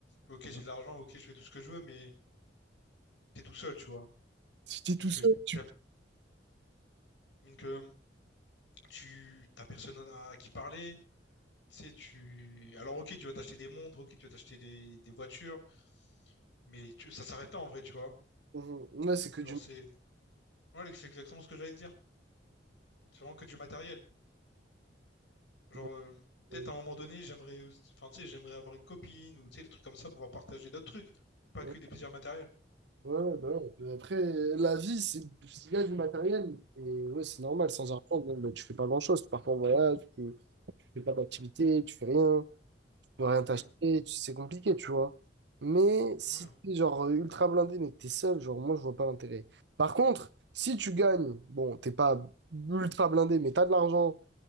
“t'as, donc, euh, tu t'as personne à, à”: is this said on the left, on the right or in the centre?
Left